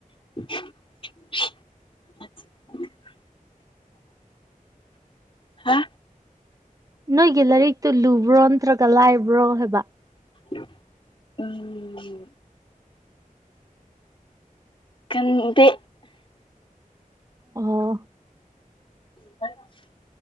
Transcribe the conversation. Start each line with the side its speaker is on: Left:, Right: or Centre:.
Left: <unintelligible> ꯍꯥ
Right: ꯅꯣꯏꯒꯤ ꯂꯥꯏꯔꯤꯛꯇꯨ ꯂꯨꯕ꯭ꯔꯣ ꯅꯠꯇ꯭ꯔꯒ ꯂꯥꯏꯕ꯭ꯔꯣ ꯍꯥꯏꯕ
Left: <unintelligible> ꯎꯝ ꯀꯟꯗꯦ
Right: ꯑꯣ
Left: <unintelligible>